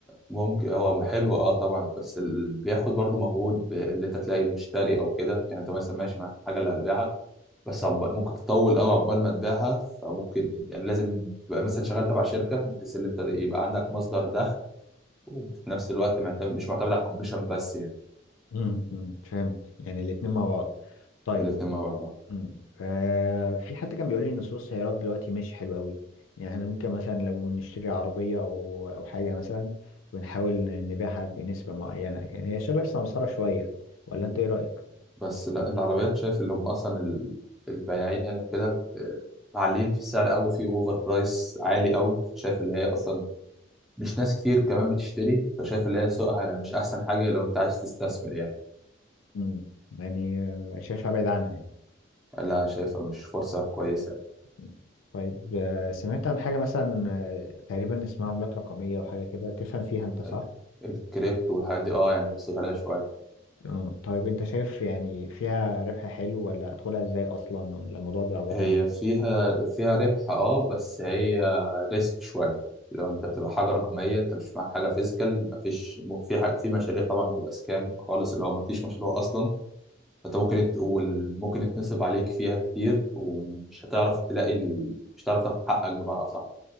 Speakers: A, in the centre; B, on the left (about 80°).
A: ممكن هو حلو اه طبعا بس ال... بياخد برضو مجهود ب- اللي انت تلاقي مشتري او كده يعني انت مثلا ماشي معاك الحاجه اللي هتبيعها بس عب... ممكن تطول قوي عقبال ما تبيعها فممكن يعني لازم تبقى مثلا شغال تبع شركه بحيث ان انت يبقى عندك مصدر دخل وفي نفس الوقت معتمد مش معتمد على الكوميشن بس يعني
B: امم فهمت يعني الاتنين مع بعض طيب
A: الاتنين مع بعض اه
B: امم آه في حد كان بيقول لي ان سوق السيارات دلوقتي ماشي حلو قوي يعني احنا ممكن مثلا لو نشتري عربية او او حاجة مثلا ونحاول نبيعها بنسبة معينة يعني هي شبه السمسرة شوية ولا انت ايه رأيك
A: بس لا العربيات شايف اللي هم اصلا ال... البياعين يعني وكده ب- معلين في السعر قوي في اوفر برايس عالي قوي شايف اللي هي اصلا مش ناس كتير كمان بتشتري فشايف اللي هي سوقها يعني مش احسن حاجه لو انت عايز تستثمر يعني
B: مم. يعني آه، شايفها بعيد عنها يعني.
A: لا شايفها مش فرصه كويسه يعني.
B: مم. طيب آه، سمعت عن حاجة مثلا آه، تقريبا اسمها عملات رقمية وحاجة كده تفهم فيها انت صح؟
A: ال- الكريبتو والحاجات دي اه يعني بصيت عليها شويه
B: آه. طيب انت شايف يعني فيها ربح حلو ولا ادخلها ازاي اصلا ولا الموضوع بيبقى عبارة
A: هي
B: عن ايه؟
A: فيها فيها ربح اه بس هي ريسك شويه لو انت بتبقى حاجه رقميه انت مش معاك حاجه فيزيكال مفيش م- في حاجة في مشاريع طبعا بتبقى سكام خالص اللي هو مفيش مشروع اصلا فانت ممكن يت- وال- ممكن يتنصب عليك فيها كتير ومش هتعرف تلاقي ال... مش هتعرف تاخد حقك بمعنى اصح